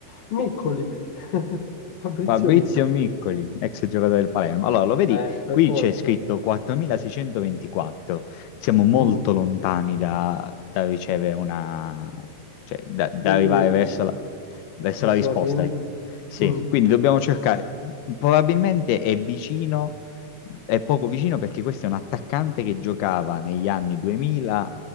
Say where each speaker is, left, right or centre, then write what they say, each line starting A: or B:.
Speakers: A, on the left; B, on the left.
A: Miccoli, <laughs> Fabrizio
B: Fabrizio
A: Miccoli,
B: Miccoli, ex giocatore del Palermo. Allora, lo vedi?
A: eh, per
B: Qui
A: forza.
B: c'è scritto 4624. Siamo molto
A: Mm,
B: lontani da, da ricevere una... cioè, da, da
A: Quindi,
B: arrivare verso la, verso
A: verso
B: la risposta,
A: la fine,
B: ecco. Sì,
A: mm,
B: quindi dobbiamo cercare... Probabilmente è vicino, è poco vicino perché questo è un attaccante che giocava negli anni 2000